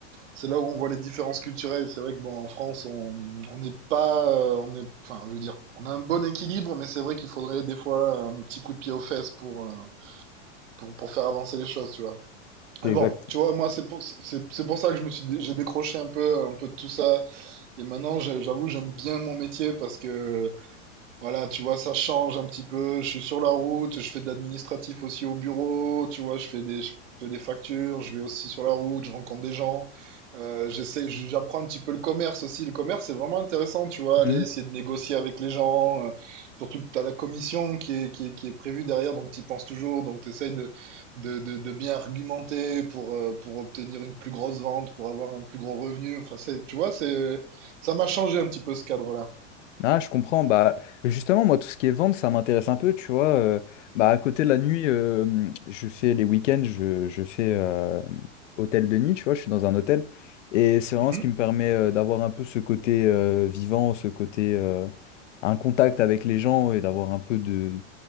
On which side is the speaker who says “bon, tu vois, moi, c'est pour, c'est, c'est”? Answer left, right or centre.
Right